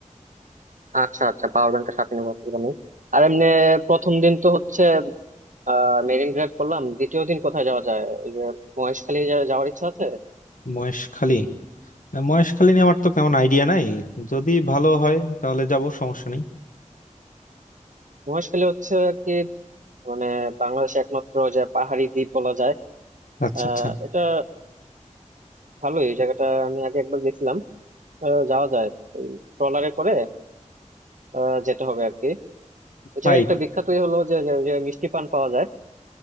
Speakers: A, on the right; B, on the left.
A: আচ্ছা আচ্ছা পাওয়ার ব্যাংকটা সাথে নেবো অসুবিধা নেই। আর এমনি প্রথম দিন তো হচ্ছে আহ মেরিন ড্রাইভ করলাম দ্বিতীয় দিন কোথায় যাওয়া যায় ওই যে মহেশখালী যা- যাওয়ার ইচ্ছা আছে
B: মহেশখালী আহ, মহেশখালী নিয়ে আমার তো কেমন আইডিয়া নাই যদি ভালো হয় তাহলে যাব সমস্যা নেই
A: মহেশখালী হচ্ছে আর কি মানে বাংলাদেশে একমাত্র যে পাহাড়ি দ্বীপ বলা যায়
B: আচ্ছা
A: আহ
B: আচ্ছা
A: এটা ভালোই এই জায়গাটা আমি আগে একবার গেছিলাম আহ, যাওয়া যায় ট্রলারে করে আহ, যেতে হবে আর কি ওই
B: ফাইট
A: জায়গায় একটা বিখ্যাতই হলো যে যে যে মিষ্টি পান পাওয়া যায়